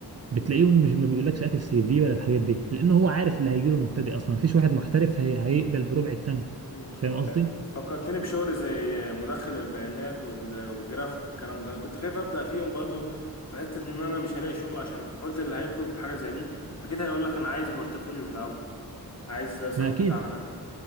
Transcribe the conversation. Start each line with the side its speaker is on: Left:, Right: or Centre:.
Right: بتلاقيهم مش ما بيقولكش هات السي في ولا الحاجات دي لان هو عارف اللي هيجيله مبتدئ اصلا مفيش واحد محترف هي... هيقبل بربع التمن
Left: مم.
Right: فاهم قصدي
Left: فكرتني بشغل زي مدخل البيانات وال- والجرافيك والكلام ده انا كنت خايف ابدا فيهم برضو في حته ان انا مش هلاقي شغل عشان قلت اللي هيطلب حاجه زي دي اكيد هيقول لك انا عايز بورتفوليو في الاول عايز سابقه
Right: ما اكيد
Left: اعمال